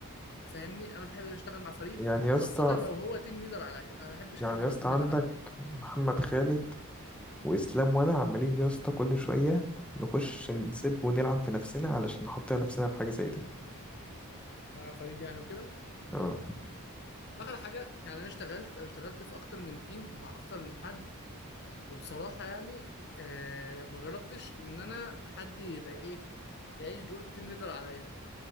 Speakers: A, on the left; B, in the centre.
A: فاهمني انا بحب اشتغل مع فريد
B: يعني يا
A: خاصه
B: اسطى
A: لو هو تيم ليدر عليا انا ما بحبش
B: يعني
A: حد
B: يا
A: يبقى
B: اسطى
A: تيم
B: عندك
A: ليدر عليا
B: محمد خالد واسلام وانا عمالين يا اسطى كل شويه نخش نسب ونلعن في نفسنا علشان نحط نفسنا في حاجه زي دي
A: مع فريد يعني وكده
B: اه
A: اخر حاجه يعني انا اشتغلت انا اشتغلت في اكتر من تيم مع اكتر من حد وبصراحة يعني آه ما جربتش إن أنا حد يبقى إيه يعيش دور التيم ليدر عليا